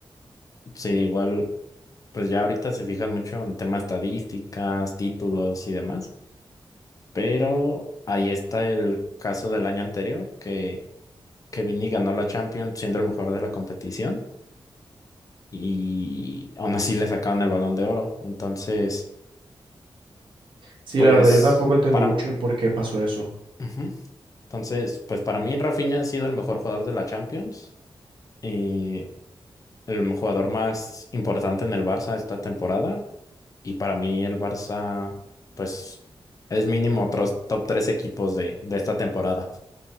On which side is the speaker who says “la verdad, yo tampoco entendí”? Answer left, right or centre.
Right